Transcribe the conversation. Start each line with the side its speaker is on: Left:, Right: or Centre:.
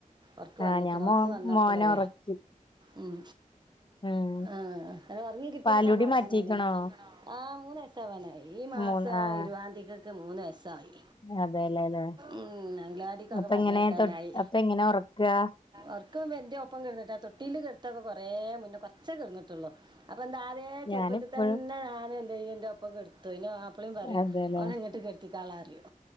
Right: ഉർക്ക്
Left: ആഹ്
Right: വന്നിക്കണ്
Left: ഞാൻ മോ
Right: ഉറക്ക് വന്നപ്പളേ
Left: മോനെ ഒറക്കി
Right: ഉം
Left: ഉം
Right: ആഹ് അത് ഒറങ്ങി കിട്ടിയ
Left: പാലുടി
Right: സമധാനേനെ.
Left: മാറ്റിക്ക്ണോ
Right: ആഹ് മൂന്നയ്സ്. ത്തവനായി ഈ മാസം
Left: മൂന്ന് ആഹ്
Right: ഇരുവാന്തിക ത്ത് മൂന്ന് വയസായി.
Left: അതെല്ലേല്ലേ
Right: ഉം അംങ്കലാടി, ക്ക
Left: അപ്പൊ
Right: പറഞ്ഞക്കാനായി.
Left: എങ്ങനെ തൊ അപ്പൊ എങ്ങനെ ഒറക്കാ
Right: ഒർക്കവര്ന്റെ ഒപ്പം കിടന്നിട്ടാ തൊട്ടില് കിട്ത്താത്തൊക്കെ കൊറേ മുന്നേ കൊർച്ചാ കിട്ന്നിട്ടുള്ളോ അപ്പെന്താ ആതേ ചെറുപ്പത്തിൽ
Left: ഞാനിപ്പഴും
Right: തന്നെ ഞാനന്തയ്യും എന്റെ ഒപ്പം കിടത്തു ഇന്റെ മാപ്പിളീം പറയോ
Left: അതെല്ലേ
Right: ഓനങ്ങട്ട് കെടത്തിക്കാളാന്ന് പറയും